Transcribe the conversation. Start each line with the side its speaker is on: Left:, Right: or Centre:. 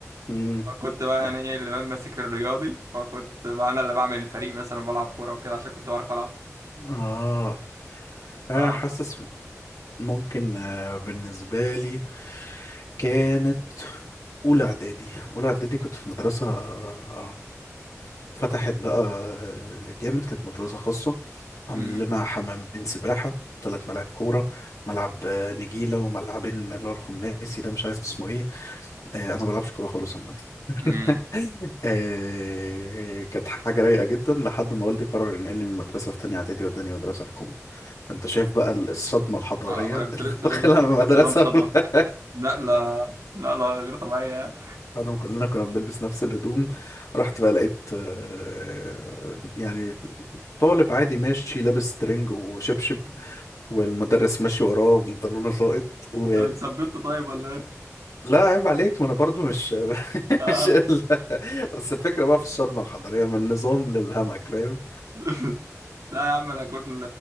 Left: امم
Right: فكنت بقى
Left: لا
Right: يعني ايه اللي ماسك الرياضي فكنت بقى انا اللي بعمل الفريق مثلا وبلعب كورة وكده عشان كنت بعرف العب
Left: اه آه،
Right: ف
Left: حاسس ممكن آه، بالنسبه لي كانت اولى اعدادي اولى اعدادي كنت في مدرسه آه، فتحت بقى جامد كانت مدرسة خاصة عاملين
Right: امم
Left: لنا حمامين سباحة ثلاث ملاعب كورة ملعب آه، نجيلة وملعبين اللي هو الخماسي ده مش عارف اسمه ايه آه، انا ما بلعبش كورة خالص عامة
Right: امم
Left: <laughs> آه، كانت حاجة رايقة جدا لحد ما والدي قرر ينقلني من مدرسة في تانية إعدادي وداني مدرسة حكومي فأنت شايف بقى ال- الصدمة الحضارية
Right: اه ما انا كنت
Left: اللي
Right: لسه
Left: <laughs> دخلها
Right: اقول لك اكيد
Left: من المدرسة
Right: اتصدمت صدمة
Left: <laughs>
Right: لا لا لا لا غير طبيعية
Left: بعد ما كلنا كنا بنلبس نفس الهدوم رحت بقى لقيت آه، يعني طالب عادي ماشي لابس ترنج وشبشب والمدرس ماشي وراه بنطلونه ساقط و
Right: طب اتثبت طيب ولا ايه؟
Left: لا عيب عليك ما انا برضو مش <laughs>
Right: اه
Left: مش ال- بس الفكرة بقى في الصدمة الحضارية من النظام للهمك فاهم
Right: <laughs> لا يا عم انا كنت